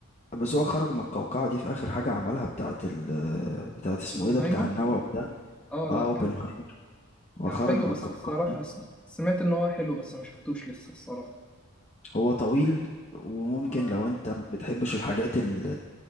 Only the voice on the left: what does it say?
بس هو خرج من القوقعة دي في آخر حاجة عملها بتاعة ال بتاعة اسمه
ايه ده بتاع النووي ده
اه
اوبنهايمر
هو
خرج
من
القوقعة
دي
هو طويل وممكن
لو انت ما بتحبش الحاجات ال